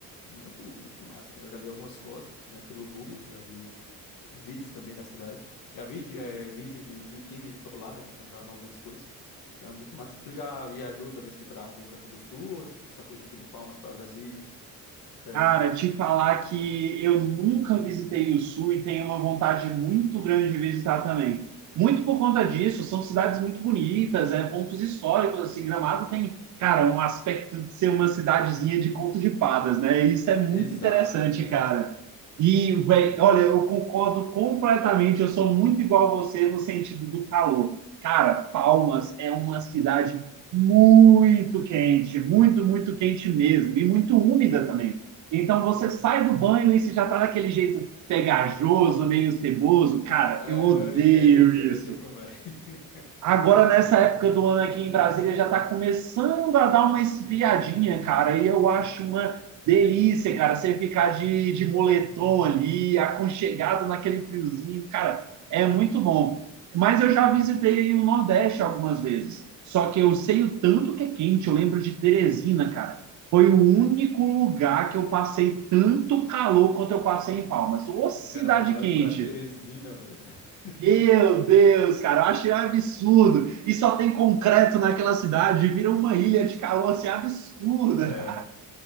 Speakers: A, on the left; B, on the right.
A: É muito, muito massa, cara. Eu já vi algumas fotos, né, pelo Google, já vi vídeos também da cidade. Já vi de- eh, vídeos de, de quem visitou lá, né, mostrando algumas coisas. Então, é muito massa. Tu já viajou também, assim, para algum canto do sul ou só foi, tipo, de Palmas para Brasília até
B: Cara,
A: hoje?
B: te falar que eu nunca visitei o Sul e tenho uma vontade muito grande de visitar também. Muito por conta disso, são cidades muito bonitas, é, pontos históricos, assim, Gramado tem, cara, um aspecto de ser uma cidadezinha de conto de fadas, né? Isso é muito
A: Exato,
B: interessante,
A: cara.
B: cara. E, velho,
A: Exato.
B: olha, eu concordo completamente, eu sou muito igual a você no sentido do calor. Cara, Palmas é uma cidade muito quente, muito, muito quente mesmo, e muito úmida também. Então você
A: Aham.
B: sai do banho e você já tá daquele jeito pegajoso, meio ceboso. Cara,
A: É,
B: eu odeio
A: eu entendo, eu entendo,
B: isso.
A: eu sei como é. <laughs>
B: Agora, nessa época do ano aqui em Brasília, já está começando a dar uma esfriadinha, cara. E eu acho uma delícia, cara, você ficar de, de moletom ali, aconchegado naquele friozinho, cara, é muito bom. Mas eu já
A: Aham.
B: visitei o Nordeste algumas vezes. Só que eu sei o tanto que é quente. Eu lembro de Teresina, cara. Foi o único lugar que eu passei tanto calor quanto eu passei em Palmas. Ô, cidade
A: O cara foi logo
B: quente!
A: pra Teresina, velho. <laughs>
B: Meu Deus, cara, eu achei um absurdo. E só tem concreto naquela cidade, vira uma ilha de calor assim absurda.
A: É,